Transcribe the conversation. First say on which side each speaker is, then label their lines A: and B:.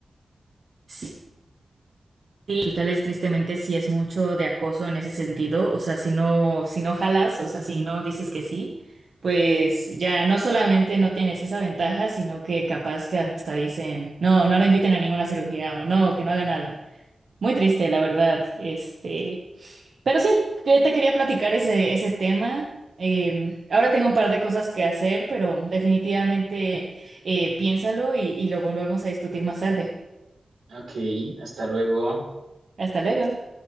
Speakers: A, on the right; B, on the right.
A: Sí, hospitales tristemente sí es mucho de acoso en ese sentido, o sea, si no, si no jalas, o sea, si no dices que sí, pues ya no solamente no tienes esa ventaja, sino que capaz que hasta dicen, no, no la inviten a ninguna cirugía o no, que no haga nada. Muy triste, la verdad. Este, pero sí, que te quería platicar ese, ese tema. Eh, ahora tengo un par de cosas que hacer, pero definitivamente eh, piénsalo y, y lo volvemos a discutir más tarde.
B: Ok, hasta luego.
A: Hasta luego.